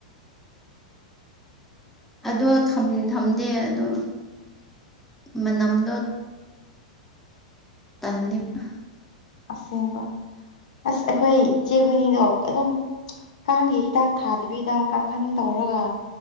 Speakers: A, in the centre; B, on the left.
A: ꯑꯗꯣ ꯊꯝꯗꯦ ꯑꯗꯣ ꯃꯅꯝꯗꯣ ꯇꯟꯂꯦꯕ
B: ꯑꯁꯦꯡꯕ ꯑꯁ ꯑꯩꯈꯣꯏ ꯏꯆꯦ ꯍꯣꯏꯅꯤꯗꯣ ꯑꯗꯨꯝ ꯀꯥꯡꯒꯤ ꯍꯤꯗꯥꯛ ꯊꯥꯗꯕꯤꯗ ꯀꯥꯡꯈꯟ ꯇꯧꯔꯒ